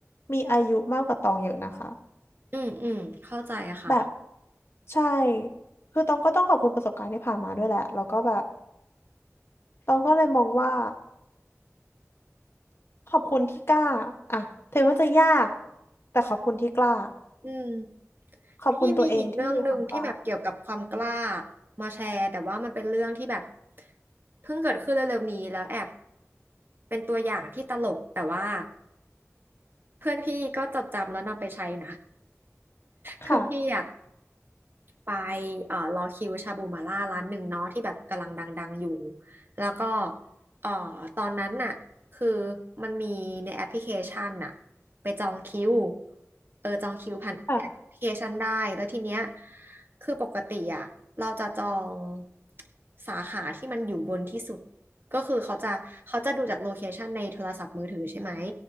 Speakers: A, on the left; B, on the right.
A: มีอายุมากกว่าตองเยอะนะคะ
B: อืมอืมเข้าใจค่ะ
A: แบบใช่ คือตองก็ต้องขอบคุณประสบการณ์ที่ผ่านมาด้วยแหละแล้วก็แบบตองก็เลยมองว่า ขอบคุณที่กล้าอ่ะถึงมันจะยากแต่ขอบคุณที่กล้า
B: อืม
A: ขอบคุณตัวเองที่มีความกล้า
B: พี่มีอีกเรื่องหนึ่งที่แบบเกี่ยวกับความกล้ามาแชร์แต่ว่ามันเป็นเรื่องที่แบบเพิ่งเกิดขึ้นเร็วๆนี้แล้วแอบเป็นตัวอย่างที่ตลกแต่ว่าเพื่อนพี่ก็จดจำแล้วนำไปใช้นะ
A: ค่ะ
B: คือพี่อะไปเอ่อรอคิวชาบูมาล่าร้านหนึ่งเนาะที่แบบกำลังดังๆอยู่แล้วก็เอ่อตอนนั้นน่ะ คือมันมีในแอปพลิเคชันน่ะไปจองคิวเออจองคิวผ่านแอปพลิเคชันได้แล้วทีเนี้ย
A: ค่ะ
B: คือปกติอ่ะเราจะจองสาขาที่มันอยู่บนที่สุดก็คือเขาจะเขาจะดูจากโลเคชันในโทรศัพท์มือถือใช่ไหม